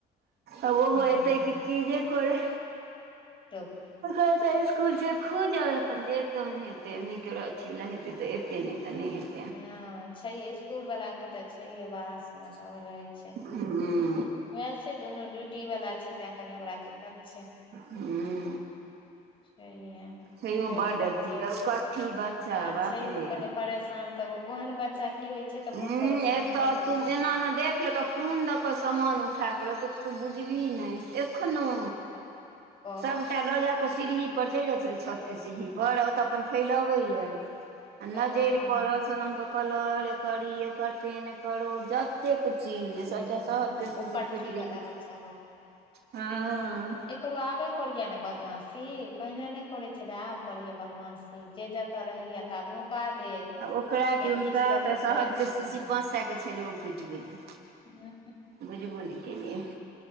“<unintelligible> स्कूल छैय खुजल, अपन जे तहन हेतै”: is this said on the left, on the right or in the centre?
Right